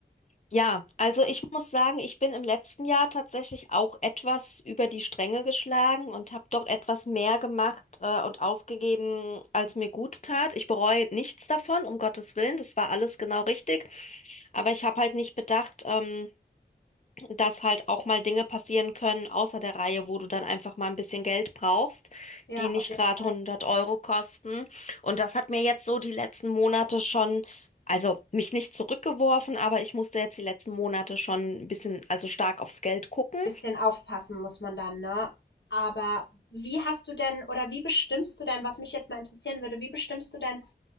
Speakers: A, on the left; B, on the left.
A: Ja, also ich muss sagen, ich bin im letzten Jahr tatsächlich auch etwas über die Stränge geschlagen und habe doch etwas mehr gemacht, äh, und ausgegeben, als mir gut tat. Ich bereue nichts davon, um Gottes Willen, das war alles genau richtig. Aber ich habe halt nicht bedacht, ähm, dass halt auch mal Dinge passieren können außer der Reihe, wo du dann einfach mal ein bisschen Geld brauchst,
B: Ja,
A: die nicht
B: auf jeden
A: gerade
B: Fall.
A: hundert Euro kosten. Und das hat mir jetzt so die letzten Monate schon, also mich nicht zurückgeworfen, aber ich musste jetzt die letzten Monate schon ein bisschen, also stark aufs Geld gucken.
B: bisschen aufpassen muss man dann, ne? Aber wie hast du denn oder wie bestimmst du denn, was mich jetzt mal interessieren würde, wie bestimmst du denn,